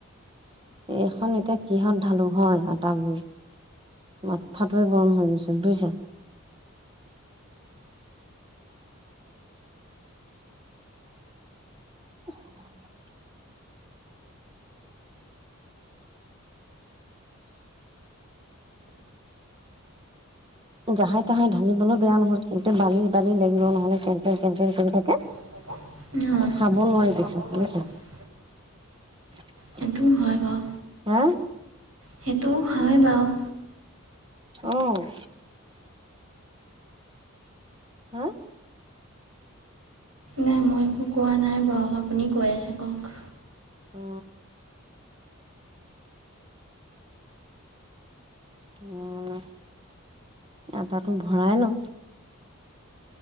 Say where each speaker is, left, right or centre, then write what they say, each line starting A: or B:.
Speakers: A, on the right (about 25°); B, on the right (about 75°).
A: এইখন এতিয়া কিহত ঢালো হয়? আটাবোৰ মাথাটোৱে গৰম হৈ গৈছে, বুজিছা? <inaudible> জাহাই-তাহাই ঢালিবলৈও বেয়া নহয়। গোটেই বালি-বালি লাগিব, নহ'লে কেন, কেন, কেন, কেন কৰি থাকে।
B: অ'।
A: খাব নোৱাৰি পিছত বুজিছা <inaudible>
B: সেইটোও হয় বাৰু।
A: হা
B: সেইটোও হয় বাৰু।
A: অ'। হা
B: নাই, মই একো কোৱা নাই বাৰু। আপুনি কৈ আছে, কওক
A: অ উম আটাটো ভৰাই লওঁ।